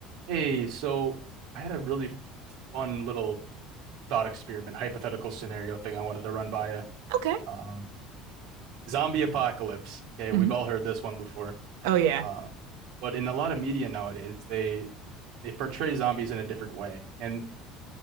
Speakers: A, on the right; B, on the right.
A: Hey, so I had a really fun little thought experiment, hypothetical scenario thing I wanted to run by you.
B: Okay.
A: Um, zombie apocalypse. Okay,
B: hmm
A: we've all heard this one before.
B: Oh yeah.
A: Uh, but in a lot of media nowadays, they they portray zombies in a different way. And